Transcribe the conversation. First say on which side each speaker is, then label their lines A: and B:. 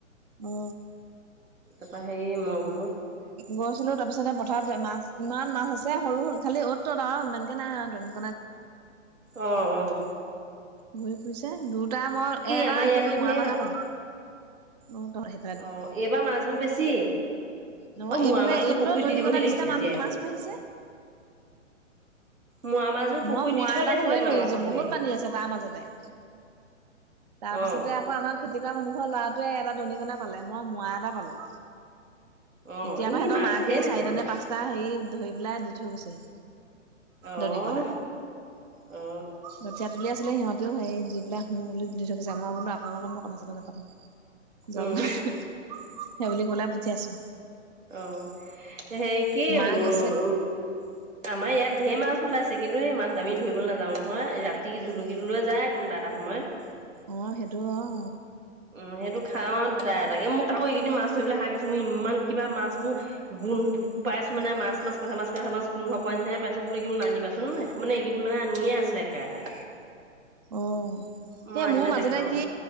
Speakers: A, on the right (about 35°); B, on the right (about 80°).
A: অ
B: তাপা সেই মই বোলো-
A: গৈছিলো তাৰপিছতে পথাৰত মাছ ইমান মাছ আছে সৰু সৰু খালি অ'ত ত'ত আৰু ইমানকে নাই আও দনি-
B: অঁ অঁ।
A: ঘূৰি ফুৰিছে দুটা মই এটা
B: আমাৰ ইয়াতো
A: হেৰি
B: ঢেৰ
A: ওৱান এটা পালো। অঁ ত হে-
B: অঁ এইবাৰ মাছবোৰ বেছি।
A: ন
B: অ মোৱা
A: এইফালে
B: মাছটো
A: এইফালেও
B: পুখুৰীত
A: দনিকণা
B: দি দিবহি
A: নিচিনা
B: লাগিছিলে
A: মানুহ
B: জীয়াই
A: মাছ
B: জীয়াই।
A: বাঢ়িছে
B: মোৱা মাছবোৰ পুখুৰীত
A: মই মোৱা
B: দি দিব
A: এটা
B: লাগিছিলে
A: ধৰিলো
B: মোৱা মাছটো ধৰি
A: বহুত পানী আছে তাৰ মাজতে। তাৰ পিছতে
B: অ
A: আকৌ আমাৰ খেতি কৰা মানুহ ঘৰ লৰাটোৱে এটা দনিকণা পালে মই মোৱা এটা পালো।
B: অ
A: এতিয়া আকৌ
B: ই
A: হেঁতৰ
B: মাছ
A: মাকে
B: ঢেৰ
A: চাৰিটা
B: তেতিয়াহ'লে
A: নে পাঁচটা হেৰি ধৰি পেলাই দি থৈ গৈছিল।
B: অ
A: দৰিকনা।
B: অ
A: গঠীয়া তলীয়া- আছিলে সিহঁতেও সেই যি বিলাক শোঁ বুলি দি থৈ গৈছে। মই বোলো আপোনাৰ লগত মই কথা চথা নাপাতো। জগ
B: উম
A: সেইবুলি কৈ পেলাই পঠিয়াই আছো।
B: অঁ সেই কি উম-
A: মা গৈছে
B: আমাৰ ইয়াত ধেৰ মাছ ওলাইছে কিন্তু এই মাছ আমি ধৰিবলৈ নাযাওঁ নহয় ৰাতি জুলুকিটো লৈ যায়। কোনোবা এটা সময়ত।
A: অঁ সেইটো অঁ।
B: উম' সেইটো খাওঁ আৰু দুটা এটাকে মোক তাকো এইকেইদিন মাছ ধৰিবলে শাক দিছো মো ইমান কিবা মাছবোৰ- গোন্ধ পাইছো মানে মাছ মাছ কেঁচা মাছ কেঁচা মাছ গোন্ধ পোৱা নিছিনা পাইছো বুলি কি নানিবাছ- উম' মানে এইকেইদিন মানে নিয়ে আছিলে একেৰাহে।
A: অ, সে
B: মই আনিলে
A: মোৰ মাজতে
B: নাখাওঁ
A: কি